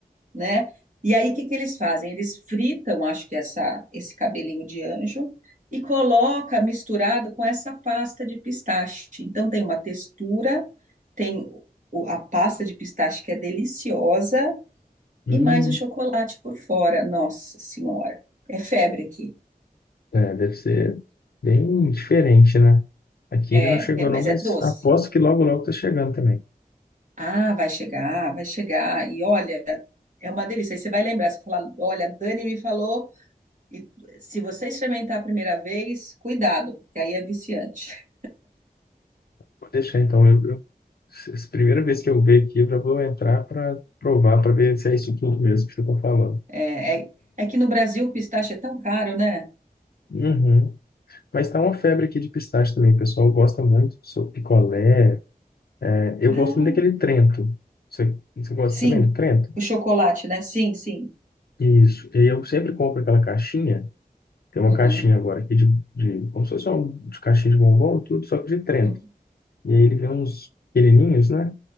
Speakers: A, on the right; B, on the left.
A: né? E aí, o que que eles fazem? Eles fritam, acho que essa, esse cabelinho de anjo, e coloca misturado com essa pasta de pistache. Então, tem uma textura, tem o- a pasta de pistache que é deliciosa,
B: Hum,
A: e mais o chocolate por fora. Nossa Senhora, é febre aqui.
B: é, deve ser bem diferente, né? Aqui
A: É,
B: ainda não chegou,
A: é, mas
B: não, mas
A: é doce.
B: aposto que logo, logo tá chegando também.
A: Ah, vai chegar, vai chegar. E olha, é uma delícia. Aí você vai lembrar, você fala, olha, a Dani me falou E se você experimentar a primeira vez, cuidado, porque aí é viciante.
B: Vou deixar, então. Eu, eu, se- se- primeira vez que eu ver aqui, eu já vou entrar para provar, para ver se é isso tudo mesmo que você tá falando.
A: É, é, é que no Brasil o pistache é tão caro, né?
B: Uhum. Mas tá uma febre aqui de pistache também. O pessoal gosta muito. Sou picolé. é, Eu
A: Ah,
B: gosto muito daquele Trento. Você, você gosta
A: sim.
B: também do Trento?
A: O chocolate, né? Sim, sim.
B: Isso. E aí eu sempre compro aquela caixinha. Tem uma
A: Uhum.
B: caixinha agora aqui de, de como se fosse um, de caixinha de bombom, tudo, só que de Trento.
A: Uhum.
B: E aí ele vem uns pequenininhos, né?